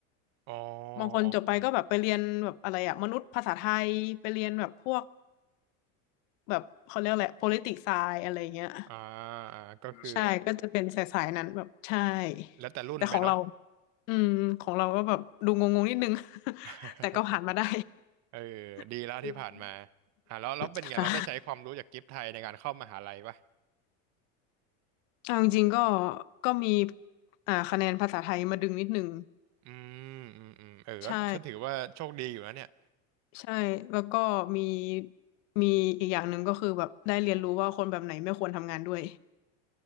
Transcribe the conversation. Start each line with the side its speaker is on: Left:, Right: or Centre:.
Right: อ๋อ
Left: บางคนจบไปก็แบบไปเรียนแบบอะไรอะมนุษยภาษาไทยไปเรียนแบบพวก
Right: อ๋อ
Left: แบบเขาเรียกอะไร politics science อะไรเงี้ย
Right: อ่าอ่าก็คือ
Left: ใช่ก็จะเป็นสายๆนั้นแบบใช่
Right: แล้วแต่รุ่นไปเนาะ
Left: แต่ของเรา อืมของเราก็แบบดูงงๆนิดนึง <laughs>
Right: <laughs>
Left: แต่ก็ผ่านมาได้
Right: เออ
Left: <laughs>
Right: ดีแล้วที่ผ่านมา
Left: อืม
Right: อ่าแล้วแล้วเป็นไงเราได้ใช้ความรู้จากกิฟต์ไทยในการเข้ามหาลัยปะ
Left: <laughs> ค่ะเอาจริงๆก็ก็มีอ่าคะแนนภาษาไทยมาดึงนิดนึง
Right: อืมอืมอืมเออก็ฉันถือว่าโชคดีอยู่นะเนี่ย
Left: ใช่ใช่แล้วก็มีมีอีกอย่างหนึ่งก็คือแบบได้เรียนรู้ว่าคนแบบไหนไม่ควรทำงานด้วย